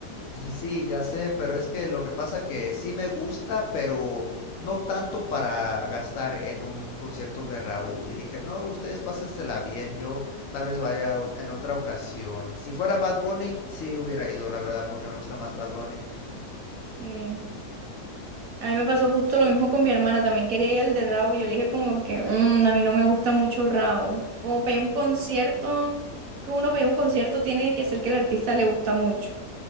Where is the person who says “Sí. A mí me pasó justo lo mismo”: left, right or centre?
Right